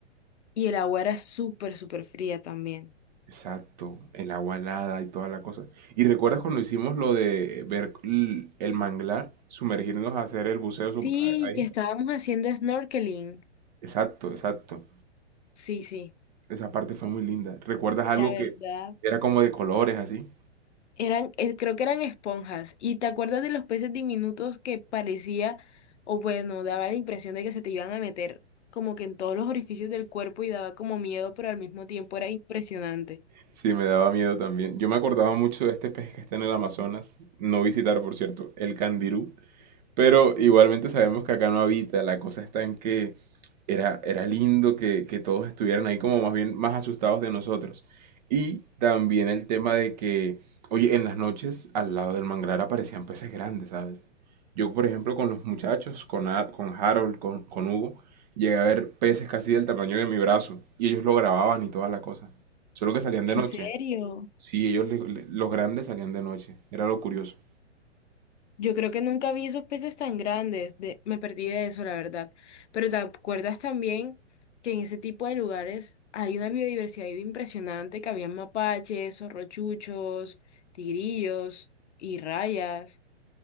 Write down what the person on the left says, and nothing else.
y el agua era súper, súper fría también.
Sí,
que estábamos haciendo snorkeling.
Sí, sí.
La verdad.
Eran, eh, creo que eran esponjas. ¿Y te acuerdas de los peces diminutos que parecía, o bueno, daba la impresión de que se te iban a meter como que en todos los orificios del cuerpo y daba como miedo, pero al mismo tiempo era impresionante?
¿En
serio?
Yo creo que nunca vi esos peces tan grandes, de, me perdí de eso, la verdad. Pero ¿te acuerdas también que en ese tipo de lugares hay una biodiversidad impresionante, que había mapaches, zorrochuchos, tigrillos y rayas?